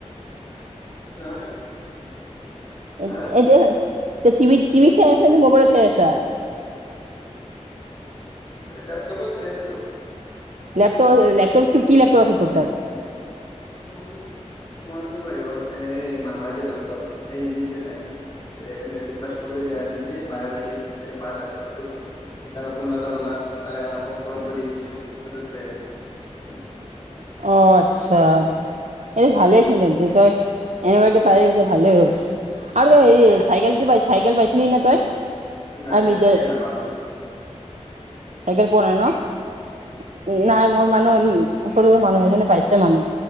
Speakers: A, on the left; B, on the right.
A: নহ'লে।
B: এ
A: হা
B: যে টিভিত টিভিত চাই আছে নে, মবাইলত চাই আছা?
A: এই লেপটপত চাই <unintelligible>
B: লেপটপ লেপটপ কি লেপটপ আছে তোৰ তাত
A: উম, মইতো হেৰীয়ত, এ মামাই দিয়া লেপটপ এই দিছিলে। মেট্ৰিক পাছ কৰিলে দিয়া আছিল যি, বাই পাইছিল এই বাৰ লেপটপটো এতিয়া নতুন এটা ল'লে। তাৰকানিউ পুৰণা টো দি দিছে মোক, হেইটোত চাই আছোঁ।
B: অ' আচ্ছা। এইটো ভালে চুন তেন্ত তই, এনেকুৱাকে পাই গৈছ ভালে হৈ গ'ল। আৰু তই হেৰি, চাইকেলটো পাই, চাইকেল পাইছিলি নে তই?
A: নাই,
B: আমি
A: নাই চাইকেল
B: যে
A: নাপালো।
B: চাইকেল পোৱা নাই ন? নাই মোৰ মানুহ ওচৰে মানুহ এজনে পাইছে মানে।